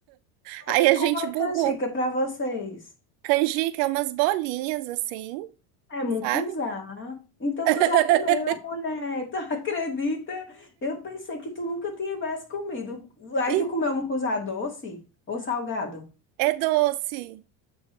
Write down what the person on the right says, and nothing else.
Aí
a
gente
bugou.
Canjica é umas bolinhas assim,
sabe?
<laughs>
E
é doce.